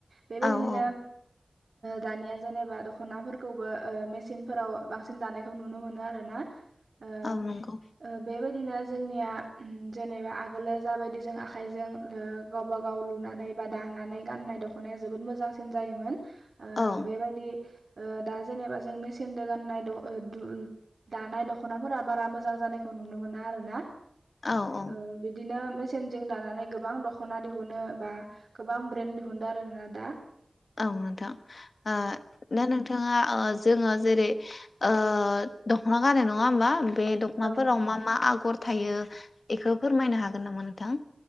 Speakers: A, on the right (about 80°); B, on the left (about 80°).
A: बेबायदिनो
B: औ
A: दानिया जेनेबा दख'नाफोरखौबो ओ मेचनफोराव बांसिन दानायखौ नुनो मोनो आरोना ओ
B: औ नंगौ
A: ओ बेबाय जोंनिया जोंनिया ओम जेनेबा आगोलो जाबायदि जों आखाइजों गावबा गाव लुनानै बा दानानै गाननाय दख'नाया जोबोद मोजांसिन जायोमोन ओ
B: औ
A: बेबायदि ओ दा जेनेबा जों मेचनजों गाननाय द ओ दु दानाय दख'नाफोरा बारा मोजां जानायखौ नुनो मोना आरो ना।
B: औ औ
A: ओ बिदिनो मे चिनजों दानानै गोबां दख'ना दिहुनो बा गोबां ब्रेन्ड दिहुनदों आरोना दा।
B: औ नोंथां औ दा नोंथाङा ओ जोङो जेरै ओ दख'ना गारनाय नङा होमबा बे दख'नाफोराव
A: औ
B: मा मा आगर थायो बेखौ फोरमायनो हागोन नामा नोंथां।